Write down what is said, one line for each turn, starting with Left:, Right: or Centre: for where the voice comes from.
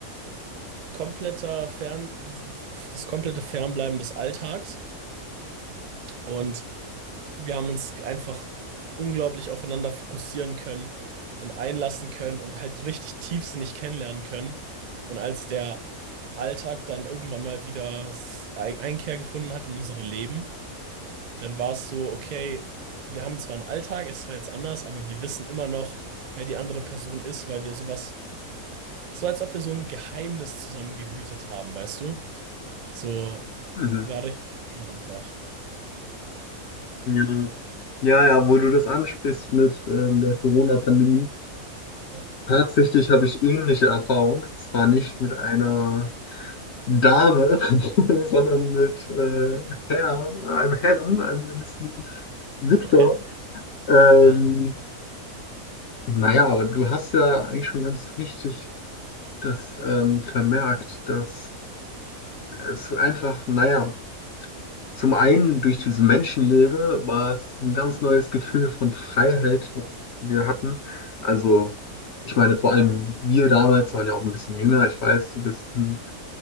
Right: kompletter Fern, das komplette Fernbleiben des Alltags und wir haben uns einfach unglaublich aufeinander fokussieren können und einlassen können und halt richtig tiefsinnig kennenlernen können. Und als der Alltag dann irgendwann mal wieder s- Ei- Einkehr gefunden hat in unsere Leben, dann war es so, okay, wir haben zwar einen Alltag, es ist zwar jetzt anders, aber wir wissen immer noch, wer die andere Person ist, weil wir sowas, so als ob wir so ein Geheimnis zusammen gehütet haben, weißt du? So
Left: Mhm.
Right: war richtig schön einfach.
Left: Ja. Ja, ja, wo du das ansprichst mit ähm, der Corona-Pandemie.
Right: Ja.
Left: Tatsächlich habe ich ähnliche Erfahrung. Zwar nicht mit einer Dame, <laughs> sondern mit äh, Herr, einem Herrn, einem gewissen Viktor.
Right: Okay,
Left: Ähm,
Right: ja.
Left: naja, aber du hast ja eigentlich schon ganz richtig das ähm, vermerkt, dass es einfach, naja, Zum einen durch diese Menschenlehre war es ein ganz neues Gefühl von Freiheit, was wir hatten. Also, ich meine, vor allem wir damals waren ja auch ein bisschen jünger. Ich weiß, du bist ein